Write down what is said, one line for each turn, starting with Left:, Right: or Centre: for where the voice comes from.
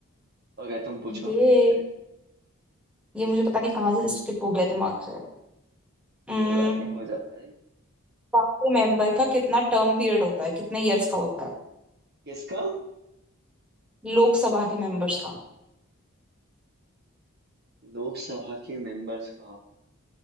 Right: Okay तुम पूछो
Centre: ये ये मुझे पता नहीं कहाँ से स्किप हो गया दिमाग से हम्म,
Right: कोई बात नहीं हो जाता है
Centre: लोकसभा के मेंबर का कितना टर्म पीरियड होता है कितने इयर्स का होता है
Right: किसका
Centre: लोकसभा के मेंबर्स का
Right: लोकसभा के मेंबर्स का